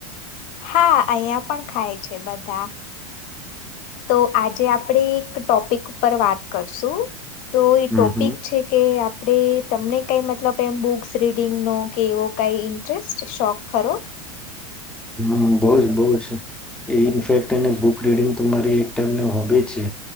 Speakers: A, on the left; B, in the centre.
A: હા અહંયા પણ ખાય છે બધા તો આજે આપડે એક ટોપિક ઉપર વાત કરશું તો એ ટોપિક
B: હમ હમ
A: છે કે આપે તમને કઈ મતલબ એમ બુક્સ રીડિંગ નો કે એવો કઈ ઇન્ટરેસ્ટ શોખ ખરો
B: હ બ જ બહ ઇનફેક્ટ એને બુક રીડિંગ તો મારી એક ટાઈપને હોબી જ છે